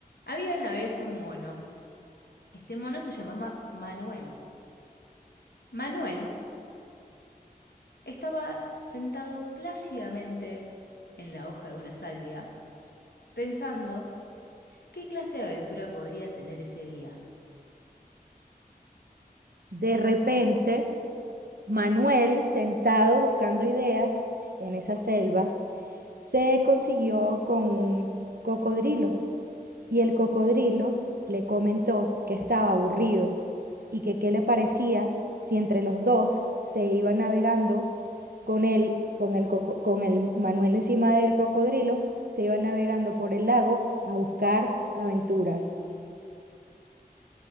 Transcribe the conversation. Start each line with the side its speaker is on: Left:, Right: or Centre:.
Left: Había una vez un mono. Este mono se llamaba Manuel. Manuel estaba sentado plácidamente en la hoja de una salvia, pensando qué clase de aventura podría tener ese día.
Right: De repente, Manuel, sentado buscando ideas en esa selva, se consiguió con un cocodrilo y el cocodrilo le comentó que estaba aburrido y que qué le parecía si entre los dos se iban navegando con él, con el, coco- con el Manuel encima del cocodrilo, se iban navegando por el lago a buscar aventuras.